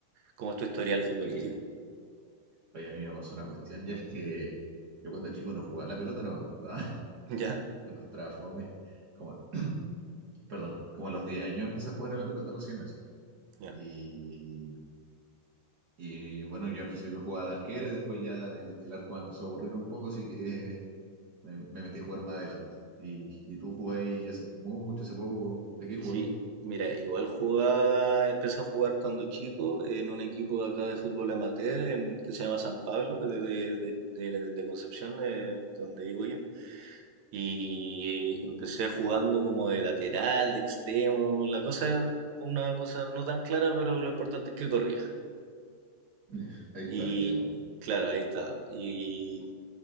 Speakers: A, on the right; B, on the right.
A: cómo es tu historial futbolístico?
B: Oye, Oye, a mí me pasó una cuestión, ya es que yo cuando chico no jugaba, la pelota no me gustaba, <laughs>
A: <laughs> Ya,
B: lo encontraba fome. Como, perdón, como a los 10 años empecé a jugar a la pelota recién así.
A: ya.
B: Y, y bueno, yo al principio jugaba de arquero y después ya el, el arco me empezó a aburrir un poco, así que me, me metí a jugar más adelante. Y, y tú jugáis hace mucho, hace poco, ¿de qué jugáis?
A: Sí, mira, igual jugaba, empecé a jugar cuando chico en un equipo de acá de fútbol amateur en- que se llama San Pablo, que es de, de, de- de- de Concepción, de de donde vivo yo. Y empecé jugando como de lateral, de extremo. La cosa, una cosa no tan clara, pero lo importante es que corría.
B: <laughs> Ahí está,
A: Y
B: ahí digamos.
A: claro, ahí está. Y